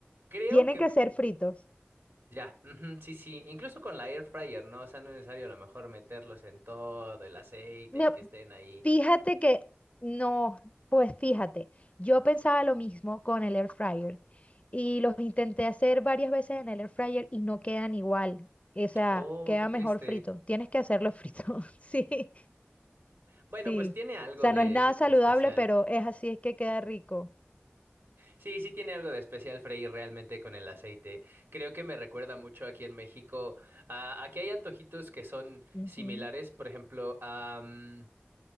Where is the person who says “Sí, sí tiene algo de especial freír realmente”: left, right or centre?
Right